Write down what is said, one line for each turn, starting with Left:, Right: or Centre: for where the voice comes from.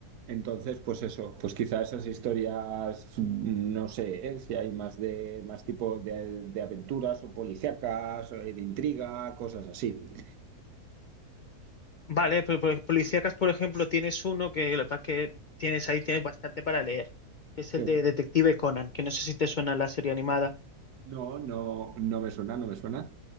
Right: Entonces, pues eso, pues quizá esas historias, mm, no sé, ¿eh? si hay más de más tipo de, de aventuras o policíacas, eh, de intriga, cosas así.
Left: Vale, pero por, policíacas, por ejemplo, tienes uno que lo que pasa es que tienes ahí tienes bastante para leer. Es el
Right: Sí.
Left: de Detective Conan, que no sé si te suena la serie animada.
Right: No, no, no me suena, no me suena.